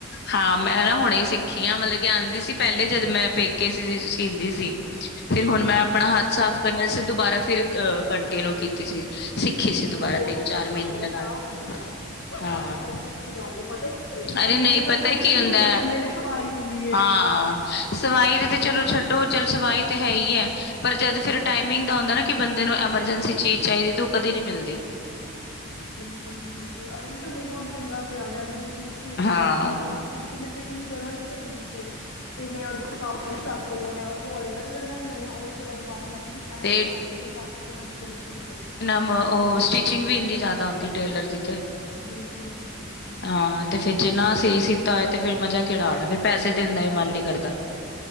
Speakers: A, on the left; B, on the left.
A: ਹਾਂ ਮੈਂ ਨਾ ਹੁਣੇ ਸਿੱਖੀ ਆ ਮਤਲਬ ਕਿ ਆਂਦੀ ਸੀ ਪੈਲੇ ਜਦ ਮੈਂ ਪੇਕੇ ਸੀ ਸੀਂਦੀ ਸੀ। ਤੇ ਫਿਰ ਹੁਣ ਮੈਂ ਆਪਣਾ
B: ਅੱਛਾ
A: ਹੱਥ ਸਾਫ਼
B: ਅੱਛਾ
A: ਕਰਨੇ ਅਸਤੇ ਦੁਬਾਰਾ ਫਿਰ ਅ ਕੰਟੀਨਿਊ ਕੀਤੀ ਸੀ। ਸਿੱਖੀ ਸੀ
B: ਨਹੀਂ
A: ਦੁਬਾਰਾ
B: ਬਹੁਤ
A: ਤਿੰਨ
B: ਅੱਛੀ
A: ਚਾਰ ਮ੍ਹੀਨੇ
B: ਗੱਲ ਹੈ
A: ਲਗਾ
B: ਤਾਂ
A: ਕੇ
B: ਇਹ
A: ਹਾਂ।
B: ਤਾਂ ਬਹੁਤ ਅੱਛੀ ਗੱਲ ਏ ਪਤਾ ਇੰਨਾ
A: ਅਰੇ ਨਈ
B: ਇੰਨੇ ਦਾ
A: ਪਤਾ
B: ਸੂਟ
A: ਕੀ
B: ਨਹੀਂ
A: ਹੁੰਦਾ
B: ਜਿੰਨੇ ਦੀ ਸਵਾਈ ਹੁੰਦੀ ਏ।
A: ਹਾਂ। ਸਵਾਈ ਦੇ ਤੇ
B: ਹਾਂ
A: ਚਲੋ ਛੱਡੋ ਚੱਲ ਸਵਾਈ ਤੇ ਹੈ ਹੀ ਹੈ ਪਰ ਜਦ ਫਿਰ ਟਾਈਮਿੰਗ ਦਾ
B: ਹਾਂਜੀ
A: ਹੁੰਦਾ ਨਾ ਕਿ ਬੰਦੇ ਨੂੰ ਐਮਰਜੈਂਸੀ ਚੀਜ਼ ਚਾਹੀਦੀ ਤੇ ਓ ਕਦੇ ਨਈ ਮਿਲਦੀ।
B: ਬਿਲਕੁਲ ਜੀ ਬਿਲਕੁਲ ਅ ਤਾਂ ਮੇ ਹੁਣ ਪੰਗਾ ਪਿਆ ਦ ਮ ਵੀ ਠੀਕ ਦੇਖ
A: ਹਾਂ
B: ਕੇ ਆਈ ਸੀ ਇੱਕ ਸੂਟ ਦੀ ਫਿਟਿੰਗ ਜਰਾ ਨੀ ਸਈ ਸੀ ਕੀਤੀ। ਤੇ ਮੈਂ ਉਹਦੇ ਕੋਲ ਕਾਪੀ ਚੱਕ ਰਈ ਹਾਂ ਮੈਂ ਓ ਅਲਟਰ ਕਰਨਾ ਦੇ ਆਈ ਉਹੀ ਮਲਬ ਦੁਬਾਰਾ ਮੈਂ ਕਿਆ ਮੈਂ
A: ਤੇ
B: ਠੀਕ ਕਰਕੇ ਬਾਕੀ ਤੋਂ ਮੈਨ ਸੂ ਤੇ
A: ਮ ਓ ਸਟਿਚਿੰਗ ਵੀ ਇੰਨੀ ਜਾਦਾ ਹੁੰਦੀ ਟੇਲਰ ਦੀ ਤੇ
B: ਬਿਲਕੁਲ ਜੀ ਬਿਲਕੁਲ
A: ਹਾਂ ਤੇ ਫਿਰ ਜੇ ਨਾ ਸਈ ਸੀਤਾ ਹੋਇ ਤੇ ਫਿਰ ਮਜ਼ਾ ਕੇੜਾ ਆਣਾ ਫਿਰ ਪੈਸੇ ਦੇ ਦਾ ਮਨ ਨਈ ਕਰਦਾ।